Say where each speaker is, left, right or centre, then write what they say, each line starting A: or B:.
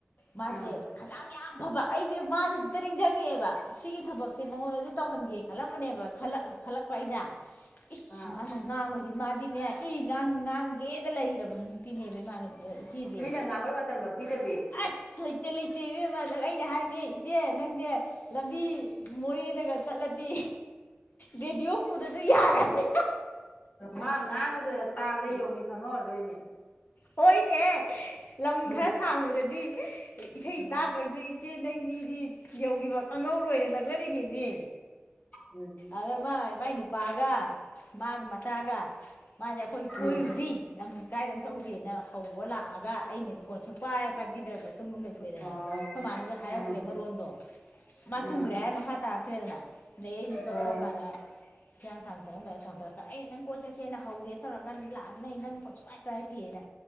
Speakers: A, on the left; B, on the left.
A: ꯃꯥꯁꯦ
B: ꯎꯝ
A: ꯈꯥꯗꯥꯡ ꯌꯥꯝ ꯐꯕ ꯁꯤꯁꯦ ꯃꯥꯁꯦ ꯍꯦꯛꯇ ꯅꯤꯡꯁꯤꯡꯉꯛꯑꯦꯕ ꯁꯤꯒꯤ ꯊꯕꯛꯁꯦ ꯃꯉꯣꯟꯗꯁꯨ ꯇꯧꯍꯟꯒꯦ ꯈꯜꯂꯝꯕꯅꯦꯕ ꯈꯜꯂꯛꯄ ꯑꯩꯅ ꯏꯁ
B: ꯎꯝ ꯑꯥ
A: ꯁꯨꯃꯥꯏꯅ ꯉꯥꯡꯕꯁꯤ ꯃꯥꯗꯤꯅꯦ ꯏ ꯉꯥꯡꯒꯦꯗ ꯂꯩꯒꯦꯗ ꯂꯩꯔꯒ ꯅꯨꯄꯤꯅꯦꯕ ꯏꯃꯥꯅ ꯏꯆꯦꯁꯦ
B: ꯃꯤꯅ ꯉꯥꯡꯕꯩ ꯃꯇꯝꯒ ꯄꯤꯗꯕꯤ
A: ꯑꯁ ꯂꯩꯇꯦ ꯂꯩꯇꯦ ꯏꯕꯦꯝꯃ ꯑꯩꯅ ꯍꯥꯏ ꯅꯪꯅꯦ ꯏꯆꯦ ꯅꯪꯁꯦ ꯂꯝꯕꯤ ꯃꯣꯔꯦꯗꯒ ꯆꯠꯂꯗꯤ ꯔꯦꯗꯤꯑꯣ ꯄꯨꯗ꯭ꯔꯁꯨ ꯌꯥꯔꯅꯤ
B: ꯃꯥ ꯉꯥꯡꯕꯗ ꯇꯥꯕꯗ ꯌꯧꯒꯤ ꯈꯪꯍꯧꯔꯥꯔꯣꯢꯅꯦ
A: ꯍꯣꯏꯅꯦ ꯂꯝ
B: ꯎꯝ
A: ꯈꯔ ꯁꯥꯡꯕꯗꯗꯤ ꯏꯁꯩ
B: ꯎꯝ
A: ꯇꯥꯗ꯭ꯔꯁꯨ ꯏꯆꯦ ꯅꯪꯒꯤꯗꯤ ꯌꯧꯈꯤꯕ ꯀꯥꯡꯍꯧꯔꯣꯏꯅ ꯂꯛꯅꯔꯤꯅꯤꯅꯦ
B: ꯎꯝ
A: ꯑꯗ ꯃ ꯃꯥꯏ ꯅꯨꯄꯥꯒ ꯃꯥꯒ ꯃꯆꯥꯒ ꯃꯥꯁꯦ ꯑꯩꯈꯣꯏꯒꯤ
B: ꯎꯝ
A: ꯀꯣꯏꯔꯨꯁꯤ ꯅ ꯀꯥꯏꯗ ꯑꯃ ꯆꯧꯁꯤꯅ ꯍꯧꯕ ꯂꯥꯛꯑꯒ ꯑꯩꯅꯗꯤ ꯐꯣꯟꯁꯨ ꯁꯨꯄꯥꯏ ꯄꯥꯏꯕꯤꯗ꯭ꯔꯕ ꯇꯨꯝ ꯂꯩ ꯊꯣꯛꯑꯦꯗꯅ
B: ꯑꯣ
A: ꯑꯩꯈꯣꯏ ꯃꯥꯅꯁꯨ ꯍꯥꯏꯔꯛꯇ꯭ꯔꯦ
B: ꯎꯝ
A: ꯃꯔꯣꯟꯗꯣ ꯃꯥ
B: ꯎꯝ
A: ꯇꯨꯝꯈ꯭ꯔꯦ ꯍꯥꯏꯔ ꯃꯈꯥ ꯇꯥꯔꯛꯇ꯭ꯔꯦꯗꯅ ꯑꯗꯩ ꯑꯩꯅ ꯃꯤꯀꯞ
B: ꯑꯣ
A: ꯊꯣꯛꯔꯛꯀꯥꯟꯗ ꯍꯤꯌꯥꯡꯊꯥꯡ ꯆꯠꯂꯝꯗꯥꯏ ꯐꯣꯟ ꯇꯧꯔꯛꯀ ꯑꯩ ꯅꯪ ꯀꯣꯏ ꯆꯠꯁꯦꯅ ꯍꯧꯒꯦ ꯇꯧꯔꯒꯥ ꯂꯥꯛꯑ ꯅ ꯑꯩ ꯅꯪ ꯐꯣꯟ ꯁꯨꯄꯤꯢ ꯄꯥꯏꯔꯛꯇꯦꯅꯦ